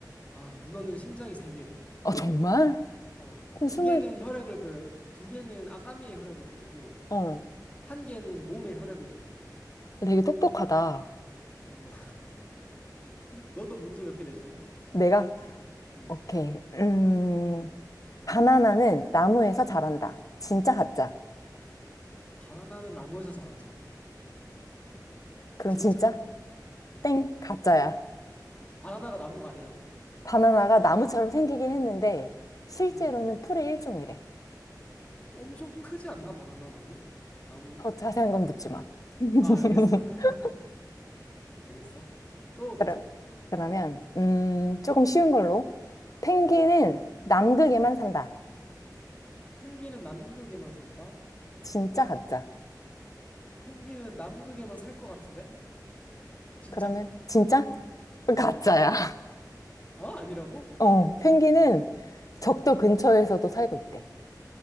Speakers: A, on the left (about 20°); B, on the left (about 55°).
A: 아, 문어는 심장이 세 개래.
B: 아, 정말?
A: 어,
B: 그럼
A: 두
B: 스물,
A: 개는 혈액을, 보내- 두 개는 아가미의 혈액을 보내고,
B: 어.
A: 한 개는 몸의 혈액을 보낸대.
B: 되게 똑똑하다.
A: 어, 너도 문제 몇 개 내줄래?
B: 내가,
A: 응
B: 오케이. 음. 바나나는 나무에서 자란다. 진짜 가짜?
A: 바나나는 나무에서 자라지.
B: 그럼
A: 진짜.
B: 진짜?
A: 응.
B: 땡, 가짜야.
A: 바나나가 나무가 아니라고?
B: 바나나가 나무처럼 생기긴 했는데 실제로는
A: 응
B: 풀의 일종이래.
A: 엄청 크지 않나? 바나나 나무? 나무.
B: 더 자세한 건 묻지 마. <laughs>
A: 아, 알겠어. <laughs> 알겠어. 또
B: 그럼
A: 내줘.
B: 그러면 음,
A: 응
B: 조금 쉬운 걸로. 펭귄은
A: 응
B: 남극에만
A: 응.
B: 산다.
A: 펭귄은 남극에만 산다?
B: 진짜 가짜?
A: 펭귄은 남극에만 살 것 같은데? 진짜.
B: 그러면 진짜? 가짜야.
A: 응 아, 아니라고?
B: <laughs> 어, 펭귄은 적도
A: 응.
B: 근처에서도 살고 있대.